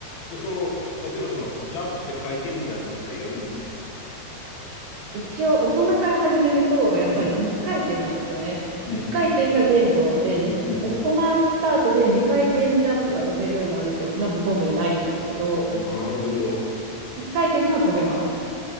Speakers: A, on the left; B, on the right.
A: で、その、例えばその、ジャンプして回転みたいなのってやるんですか
B: 一応大人から始めると、やっぱり1回転なんですよね。
A: うん、うん、
B: 1回転が限度で、に大人スタートで2回転ジャンプが飛べるようになる人ってのはほとんどいないんですけど、
A: うん、うん。なるほど。
B: 1回転は飛べます。